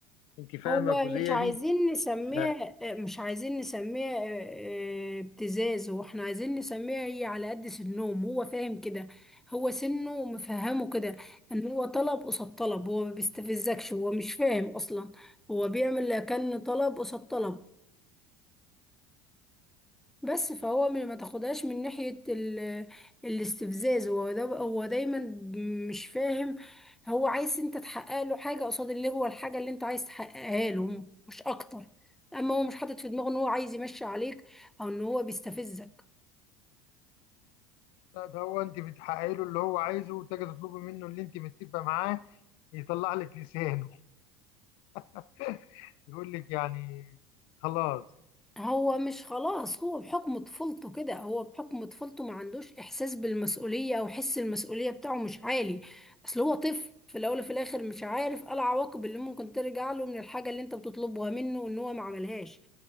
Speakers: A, on the left; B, in the centre.
A: انت فاهمة
B: هو
A: الجزئية
B: مش عايزين
A: دي
B: نسميها
A: ف...
B: مش عايزين نسميها آه، آه، ابتزاز واحنا عايزين نسميها هي على قد سنهم هو فاهم كده هو سنه مفهمه كده ان هو طلب قصاد طلب هو ما بيستفزكش هو مش فاهم اصلا هو بيعمل كأن طلب قصاد طلب بس فهو م- ما تاخدهاش من ناحية ال... الاستفزاز هو ده هو دايما مش فاهم هو عايز انت تحقق له حاجة قصاد اللي هو الحاجة اللي انت عايز تحققها له مش اكتر اما هو مش حاطط في دماغه ان هو عايز يمشي عليك او ان هو بيستفزك
A: لا ده هو انت بتحققي له اللي هو عايزه وتجي تطلبي منه اللي انت متفقه معاه يطلع لك لسانه <laughs> يقول لك يعني خلاص
B: هو مش خلاص هو بحكم طفولته كده هو بحكم طفولته ما عندوش احساس بالمسؤولية او حس المسؤولية بتاعه مش عالي اصل هو طفل في الاول وفي الاخر مش عارف ايه العواقب اللي ممكن ترجع له من الحاجة اللي انت بتطلبها منه ان هو ما عملهاش